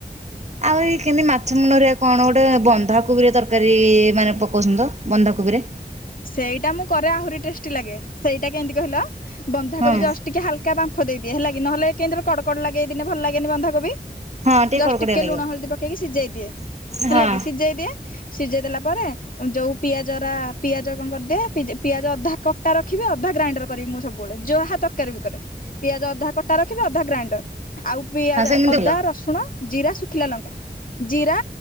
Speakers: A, on the right; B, on the left.
A: ଆହୁରି କେମିତି ମାଛ ମୁଣ୍ଡରେ କଣ ଗୋଟେ ବନ୍ଧାକୋବିରେ ତରକାରୀ ମାନେ ପକାଉଛନ୍ତି ତ ବନ୍ଧାକୋବିରେ।
B: ସେଇଟା ମୁଁ କରେ ଆହୁରି ଟେଷ୍ଟି ଲାଗେ ସେଇଟା କେମିତି କହିଲ ବନ୍ଧାକୋବି
A: ହଁ।
B: ଜଷ୍ଟ ଟିକେ ହାଲକା ଏକା ବାମ୍ଫ ଦେଇଦିଏ ହେଲାଗି ନହେଲେ କେମିତିର କଡ କଡ ଲାଗେ ନହେଲେ ଭଲ ଲାଗେନି ବନ୍ଧା କୋବି।
A: ହଁ
B: ଜଷ୍ଟ
A: କଡ଼କଡିଆ
B: ଟିକେ
A: ଲାଗିବ।
B: ଲୁଣ ହଳଦୀ ପକେଇକି ସିଝେଇ ଦିଏ,
A: ହଁ।
B: ହେଲା କି ସିଝେଇ ଦିଏ। ସିଝେଇ ଦେଲା ପରେ ଯୋଉ ପିଆଜର ପିଆଜ କଣ କରିଦିଏ ପିଆଜ ଅଧା କଟା ରଖିବି ଅଧା ଗ୍ରାଇଣ୍ଡର କରିବି ମୁଁ ସବୁବେଳେ ଯୋହା ତରକାରୀ ବି କରେ। ପିଆଜ ଅଧା କଟା ରଖିବି ଅଧା ଗ୍ରାଇଣ୍ଡର ଆଉ ପିଆଜ
A: ହଁ ସେମିତି
B: ଅଧା
A: ଭଲ
B: ରସୁଣ ଜିରା, ଶୁଖିଲା ଲଙ୍କା। ଜିରା,